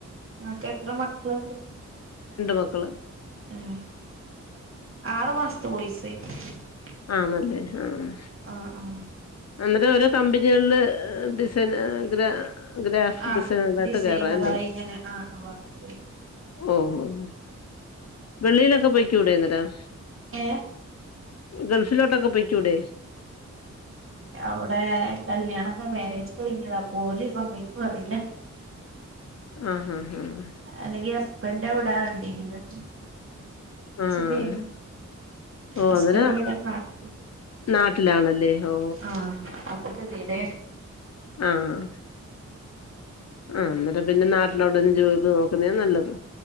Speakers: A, on the right; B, on the left.
A: ഇങ്ങക്കെത്ര മക്കലള്ണ്ട്?
B: മക്കള്.
A: ഏഹ് ആറുമാസത്തെ കോഴ്സ് <unintelligible>
B: ആണല്ലേ, ആഹ്.
A: ആഹ്, ആഹ്.
B: അങ്ങനെ ഓരോ കമ്പനികളില് ഏഹ് ഡിസൈൻ ഗ്രാ ഗ്രാഫിക്ക്‌
A: ആ
B: ഡിസൈനറായ്ട്ട്
A: ഡിസൈനറായി
B: കേറാല്ലേ.
A: ഇങ്ങനെ ആ വർക്ക് ചെയ്യ
B: ഓഹ് ഓഹ് വെള്ളീലൊക്കെ പോയിക്കൂടെ അന്നേരം.
A: ഏ
B: ഗൾഫിലോട്ടൊക്കെ പോയ്ക്കൂടെ?
A: അവടെ കല്യാണൊക്കെ മാരേജ് കഴിഞ്ഞതാ, പ്പോല് സമ്മയ്ക്കോ അറീല.
B: ആഹ് ആഹ് ആഹ.
A: അല്ലെങ്കി ഹസ്ബന്റവടാണ്ടീന്നു
B: ആഹ് ആഹ്
A: സുഖേയ്ന്നു.
B: ഓ
A: ഹസ്ബൻഡ്
B: അന്നേരം
A: വ്‌ടെ നാട്ടി.
B: നാട്ടിലാണല്ലേ ഓ
A: ആഹ് അപ്പക്കെത്യേടെ,
B: ആഹ് ആഹ് ന്നട്ട് പിന്നെ നാട്ടിലവിടന്ന് ജോബ് നോക്കുന്നേ നല്ലത്.